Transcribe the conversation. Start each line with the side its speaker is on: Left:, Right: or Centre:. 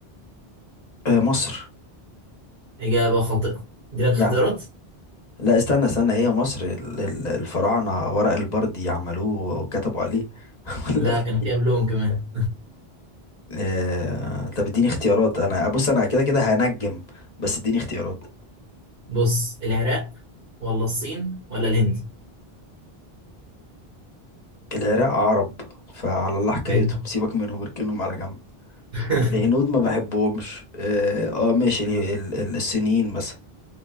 Left: آه مصر
Right: اجابه خاطئه دي لك اختيارات
Left: يعني لا استنى استنى هي مصر ال- ال- الفراعنه ورق البردي عملوه وكتبوا عليه <laughs> ولا
Right: لا
Left: في-
Right: كان في قبلهم كمان
Left: آه طب اديني اختيارات انا بص انا كده كده هنجم بس اديني اختيارات
Right: <laughs> بص العراق ولا الصين ولا الهند
Left: العراق عرب فعلى الله حكايتهم
Right: حلو
Left: سيبك منهم اركنهم على جنب
Right: <laughs>
Left: الهنود ما بحبهمش اه آه، ماشي ال- ال- ال- السنين مثلا